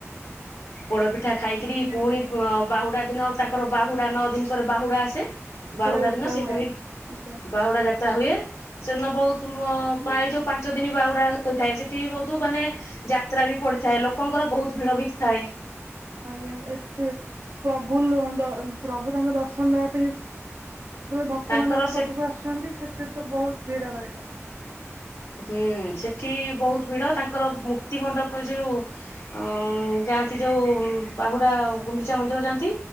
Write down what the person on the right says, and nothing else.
<inaudible>
ଆଜ୍ଞା
ଯାତ୍ରା
ହୁଏ
ଆଜ୍ଞା
ଆଜ୍ଞା ଏ ପେ ପ୍ରଭୁ ନୁହଁନ୍ତ ପ୍ରଭୁ ତାଙ୍କ ଦର୍ଶନ ଦବା ପାଇଁ ବଲେ ଭକ୍ତ
ମାନଙ୍କ ପାଖକୁ
ଆସୁଚନ୍ତି ସେଥିପାଇଁ ତ ବହୁତ ଭିଡ ରହିବ।